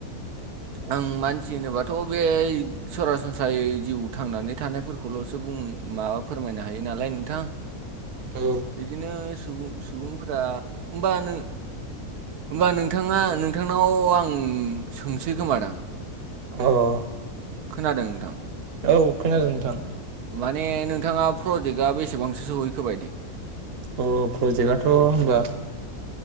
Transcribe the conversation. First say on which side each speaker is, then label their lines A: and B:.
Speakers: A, on the right; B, on the right.
A: आं मानसि होनोबाथ' बे सरासनस्रायै जिउ थांनानै थानायफोरखौल'सो बुं माबा फोरमायनो हायो नालाय नोंथां
B: औ
A: बिदिनो सुबुं सुबुंफोरा होमबानों होमबा नोंथाङा नोंथांनाव आं सोंसै खोमादां!
B: औ
A: खोनादों नोंथां?
B: औ खोनादों नोंथां।
A: माने नोंथाङा प्रजेक्टआ बेसेबांसो सहैखोबायदि?
B: अह प्रजेक्टआथ' होनबा